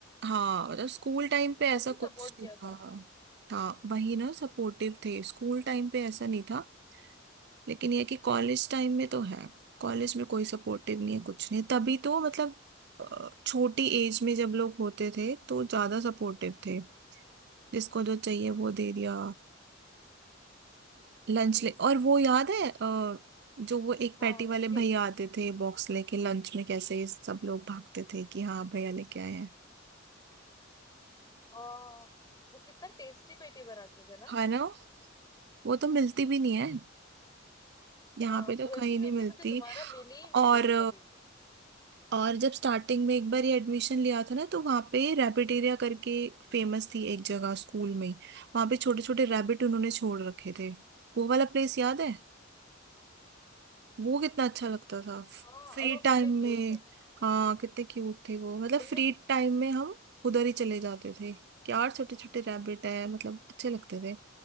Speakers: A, on the right; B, on the left.
A: हाँ मतलब स्कूल टाइम पे
B: सबने
A: ऐसा
B: सपोर्ट
A: कुछ
B: किया
A: नहीं था
B: था
A: हाँ वही ना सपोर्टिव थे स्कूल टाइम पे ऐसा नहीं था लेकिन ये कि कॉलेज टाइम में तो है कॉलेज में कोई सपोर्टिव नहीं है कुछ नहीं है। तभी तो मतलब अ, छोटी एज में जब लोग होते थे तो ज्यादा सपोर्टिव थे जिसको जो चाहिए वो दे दिया लंच
B: हम्म
A: ले
B: हम्म।
A: और वो याद है अ, जो वो एक
B: हाँ
A: पैटी वाले
B: कि
A: भैया आते थे बॉक्स लेके लंच में कैसे ये सब लोग भागते थे कि हाँ भैया लेके आए हैं
B: हाँ वो कितना टेस्टी पेटी बनाते थे ना
A: है ना वो तो मिलती भी नहीं है यहाँ
B: हाँ
A: पे तो
B: वैसी
A: कहीं नहीं
B: पेटी
A: मिलती
B: मुझे दोबारा मिली ही नहीं
A: और
B: मुझे कभी
A: और जब स्टार्टिंग में एक बार ये एडमिशन लिया था ना तो वहाँ पे रैबिटेरिया करके फेमस थी एक जगह स्कूल में वहाँ पे छोटे छोटे रैबिट उन्होंने छोड़ रखे थे वो वाला प्लेस याद है वो कितना अच्छा लगता था
B: हाँ
A: फ्री
B: और वो
A: टाइम
B: कितने क्यूट
A: में
B: थे
A: हाँ कितने क्यूट थे वो मतलब
B: उनमें
A: फ्री
B: से
A: टाइम में हम उधर ही चले जाते थे कि यार छोटे छोटे रैबिट है मतलब अच्छे लगते थे